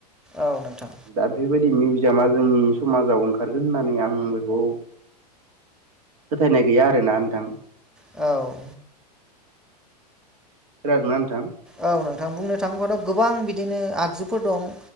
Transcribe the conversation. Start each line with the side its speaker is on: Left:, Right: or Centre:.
Centre: औ नोंथां
Right: दा बेबायदि मिउजियामा जोंनि समाजाव ओंखारगोन होननानै आं बेखौ फोथायनाय गैया आरो ना नोंथां।
Centre: औ
Right: खोनादोंना नोंथां?
Centre: औ नोंथां बुंनो थाङोबथ' गोबां बिदिनो आगजुफोर दं।